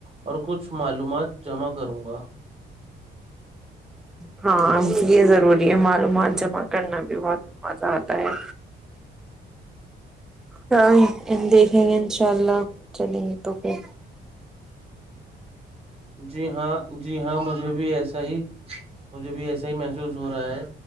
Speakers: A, on the right (about 30°); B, in the centre.
A: اور کچھ معلومات جمع کروں گا
B: ہ ہاں یہ ضروری ہے معلومات جمع کرنا بھی بہت مزہ آتا ہے <unintelligible> دیں گے ان شاء اللہ چلیں گے تو پھر
A: جی ہاں جی ہاں مجھے بھی ایسا ہی مجھے بھی ایسا ہی محسوس ہو رہا ہے